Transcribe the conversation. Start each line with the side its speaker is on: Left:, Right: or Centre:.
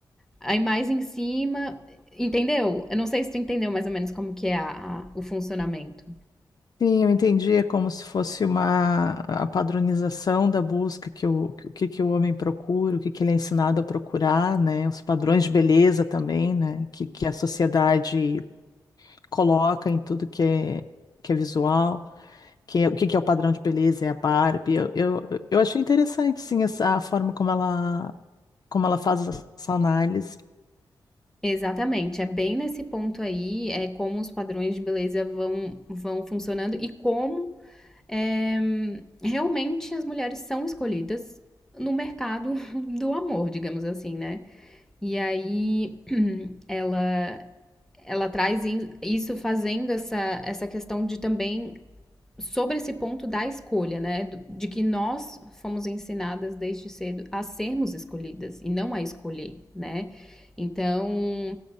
Centre: Aí, mais em cima, entendeu? Eu não sei se tu entendeu mais ou menos como que é a- a- o funcionamento.
Left: Sim, eu entendi, é como se fosse uma a padronização da busca que o, que, o que que o homem procura, o que, que ele é ensinado a procurar, né? Os padrões de beleza também, né? Que, que a sociedade coloca em tudo que é, que é visual, que é- o que que é o padrão de beleza, é a Barbie. Eu, eu, eu achei interessante, sim, essa, a forma como ela, como ela faz essa análise.
Centre: Exatamente, é bem nesse ponto aí, é como os padrões de beleza vão, vão funcionando e como É, realmente as mulheres são escolhidas no mercado <laughs> do amor, digamos assim, né? E aí <clears throat> ela ela traz isso fazendo essa, essa questão de também sobre esse ponto da escolha, né? De que nós fomos ensinadas desde cedo a sermos escolhidas e não a escolher, né? Então,